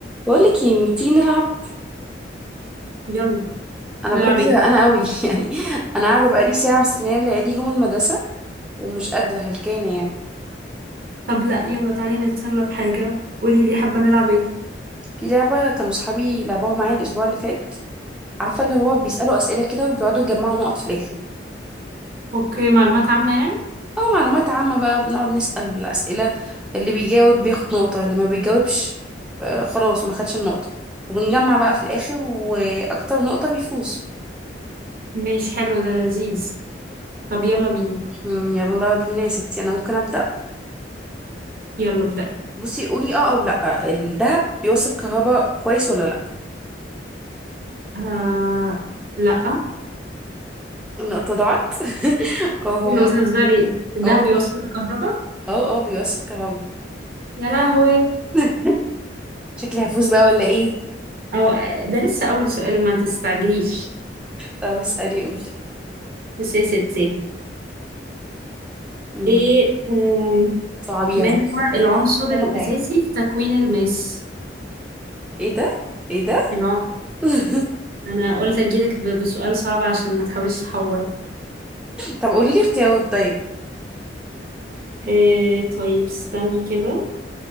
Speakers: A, in the centre; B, on the right (about 55°).
A: بقول لك ايه ما تيجي نلعب
B: يلا
A: انا
B: نلعب
A: بجد زهقانه
B: ايه
A: قوي <laughs> يعني انا قاعده بقالي ساعه مستنيه العيال يجوا من المدرسه ومش قادره هلكانه يعني
B: طب لا يلا تعالي نتسلى بحاجة قولي لي حابة نلعب ايه
A: في لعبه كانوا صحابي لعبوها معايا الاسبوع اللي فات عارفه اللي هو بيسالوا اسئله كده وبيقعدوا يجمعوا نقط في الاخر
B: اوكي معلومات عامة يعني
A: او معلومات عامه بقى بنقعد نسال الاسئله اللي بيجاوب بياخد نقطه اللي ما بيجاوبش آه، خلاص ما خدش النقطه وبنجمع بقى في الاخر واكتر نقطه بيفوز
B: مش حلو ده لذيذ طب يلا بينا
A: مم، يلا بينا يا ستي انا ممكن ابدا
B: يلا ابدأي
A: بصي قولي اه او لا الذهب بيوصل كهرباء كويس ولا لا
B: آه لا
A: النقطة ضاعت <laughs> اه هو
B: ايه
A: م-
B: ده بتهزري الدهب
A: اه والله
B: بيوصل الكهرباء
A: اه اه بيوصل كهربا
B: يا لهوي
A: <laughs> شكلي هفوز بقى ولا ايه
B: او ده لسه اول سؤال ما تستعجليش
A: طب اسألي قولي
B: بس يا ستي
A: امم
B: ايه أم،
A: صعبي
B: ما
A: اهو
B: هو
A: بس بس
B: العنصر
A: الصعبة
B: الاساسي
A: جاية
B: في تكوين الماس
A: ايه ده ايه ده
B: الع...
A: <laughs>
B: انا قلت اجيلك ب- بسؤال صعب عشان ما تحاوليش تحوري
A: طب قولي لي اختيارات طيب
B: إيه طيب استني كده